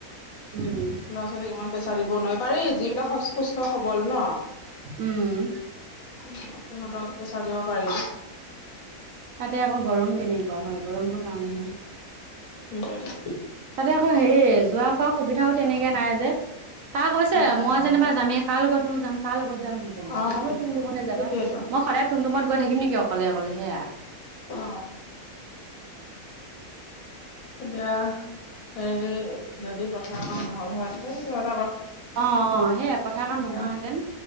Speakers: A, on the right; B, on the left.
A: উম
B: ল'ৰা-ছোৱালিক ইমান পেচা দিব নোৱাই। পাৰি যিবিলাক সচ-সুস্থ সবল ন।
A: উম
B: উ সিহঁতক পেচাৰ দিব পাৰি।
A: তাতে আকৌ গৰম কেনেকুৱা হয়। গৰমটো কাৰণেহে।
B: সেটোৱেটো।
A: তাতে আকৌ হেই যোৱা কৱা সুবিধাও তেনেকে নাই যে। তা কৈছে
B: নাই
A: মই
B: অ
A: যেনিবা যামে কাৰ লগতনো যাম, কাৰ লগত যাম হে তেনেকে।
B: অ
A: মই বোলো টুমটুমতে
B: সেইটোয়েতো
A: যাবা। ম সদায় টুমটুমত গৈ থাকিম নেকি অকলে অকলে হেয়া।
B: অ'। এতিয়া হেৰি, যদি পথাৰ কাম নহ'ল হয় তেতিয়া সিহতঁ
A: অ', অ' হেয়া পথাৰ
B: এতিয়া
A: কাম নোহোৱাহেঁতেন।